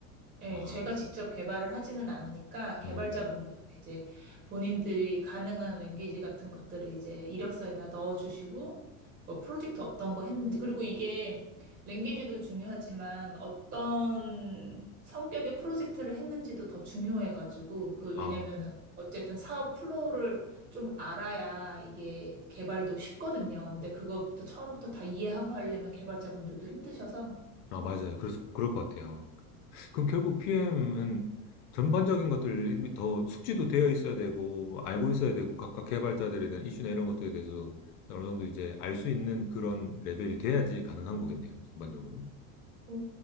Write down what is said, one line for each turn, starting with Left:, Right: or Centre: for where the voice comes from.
Right: 예,
Left: 아,
Right: 제가 직접 개발을 하지는 않으니까 개발자분들은
Left: 음,
Right: 이제 본인들이 가능한 랭귀지 같은 것들을 이제 이력서에다 넣어주시고 뭐 프로젝트 어떤 거 했는지 그리고 이게 랭귀지도 중요하지만 어떤 성격의 프로젝트를 했는지도 더 중요해가지고 그
Left: 아,
Right: 왜냐면은 어쨌든 사업 플로우를 좀 알아야 이게 개발도 쉽거든요. 근데 그것부터 처음부터 다 이해하고 하려면 개발자분들도 힘드셔서
Left: 아, 맞아요. 그래서, 그럴 것 같아요. 그럼 결국 PM은 전반적인 것들 이미 더 숙지도 되어 있어야 되고, 알고 있어야 되고, 각각 개발자들에 대한 이슈나 이런 것들에 대해서 어느 정도 이제 알 수 있는 그런 레벨이 돼야지 가능한 거겠네요. 전반적으로.
Right: 어,